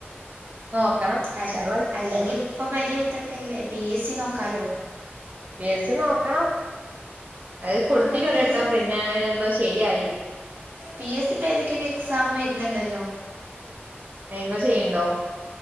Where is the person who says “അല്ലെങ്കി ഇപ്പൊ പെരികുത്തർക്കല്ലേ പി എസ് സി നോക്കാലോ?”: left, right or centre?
Right